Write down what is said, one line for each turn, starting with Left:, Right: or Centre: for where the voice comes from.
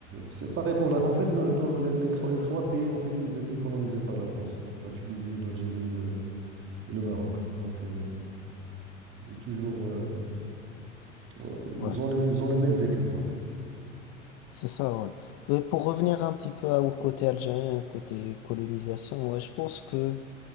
Right: c'est pareil pour la... En fait, nos- nos- les, les trois les trois pays, en fait, ils étaient colonisés par la France. Donc, la Tunisie, l'Algérie le, et le Maroc. Donc, euh, toujours... euh, Ouais, ils
Left: Ouais.
Right: ont le, ils ont le même vécu, quoi.
Left: C'est ça, ouais. Mais pour revenir un petit peu à- au côté algérien, côté colonisation, ouais, je pense que